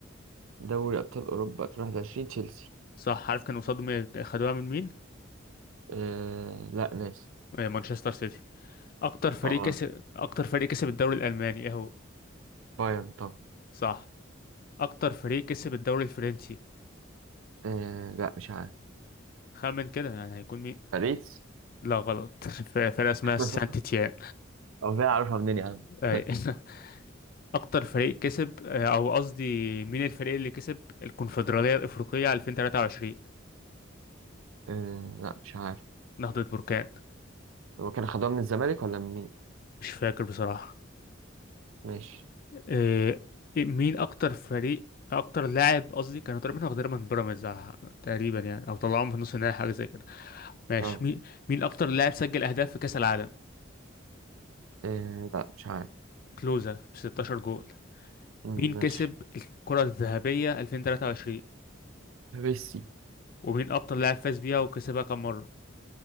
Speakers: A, on the right; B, on the left.
A: دوري أبطال أوروبا 2021 تشيلسي
B: صح عارف كانوا قصادهم إيه؟ خدوها من مين
A: أه لا ناسي
B: آه، مانشستر سيتي اكتر فريق
A: اه
B: كسب اكتر فريق كسب الدوري الالماني اهو
A: بايرن طبعا
B: صح اكتر فريق كسب الدوري الفرنسي
A: أه لا مش عارف
B: خمن كده يعني هيكون مين
A: باريس
B: لا غلط <laughs> ف- فرقه اسمها سانت
A: <laughs>
B: تيان
A: أو ده أعرفها منين يا عم
B: أي.
A: <laughs>
B: <laughs> اكتر فريق كسب آه، او قصدي مين الفريق اللي كسب الكونفدراليه الافريقيه 2023
A: آه لا مش عارف
B: نهضه بركان
A: هو كان خدوها من الزمالك ولا منين
B: مش فاكر بصراحة
A: ماشي
B: إيه إيه، مين أكتر فريق أكتر لاعب قصدي كانوا تقريبا واخدينها من بيراميدز على- تقريبا يعني أو طلعوهم في نص النهائي حاجة زي كده ماشي
A: اه
B: مين مين أكتر لاعب سجل أهداف في كأس العالم
A: آه لا مش عارف
B: كلوزا ب 16 جول
A: مم،
B: مين كسب
A: ماشي
B: الكرة الذهبية 2023
A: ميسي
B: ومين أكتر لاعب فاز بيها وكسبها كم مرة